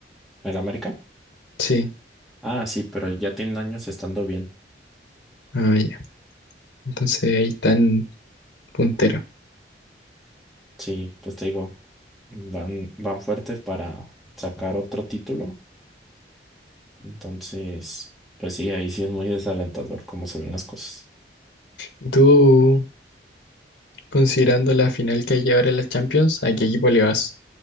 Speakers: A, in the centre; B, on the left.
A: ¿El América?
B: Sí,
A: Ah, sí, pero ya tienen años estando bien.
B: ah, ya. Entonces ahí están punteros.
A: Sí, pues te digo, van, van fuertes para sacar otro título. Entonces, pues sí, ahí sí es muy desalentador cómo se ven las cosas.
B: ¿Y tú, considerando la final que hay ahora en la Champions, a qué equipo le vas?